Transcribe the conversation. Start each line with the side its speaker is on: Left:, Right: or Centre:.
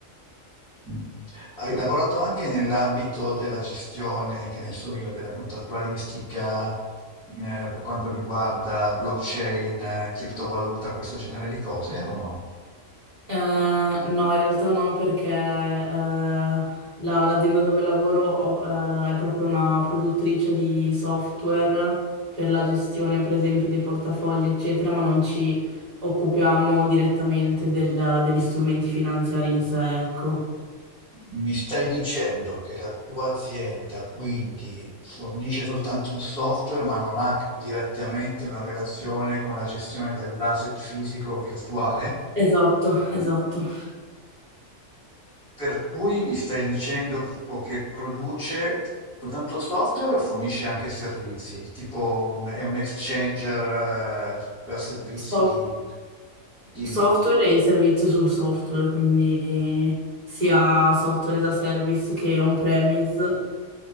Centre: Mm. Hai lavorato anche nell'ambito della gestione, che ne so io, della contrattualistica, eh, per quanto riguarda blockchain, eh, criptovaluta, questo genere di cose, o no?
Right: Eh, no, in realtà no, perché eh, la- l'azienda dove lavoro ho- eh, è proprio una produttrice di software per la gestione, per esempio, dei portafogli, eccetera, ma non ci occupiamo direttamente del- degli strumenti finanziari in sé, ecco.
Centre: Mi stai dicendo che la tua azienda quindi fornisce soltanto un software, ma non ha direttamente una relazione con la gestione dell'asset fisico o virtuale?
Right: Esatto, esatto.
Centre: Per cui mi stai dicendo che tipo che produce soltanto software o fornisce anche servizi? Tipo un- è un exchanger eh, per servizi
Right: Sof-
Centre: di... Dimmi.
Right: software e servizio sul software, quindi sia software as a service che on-premise.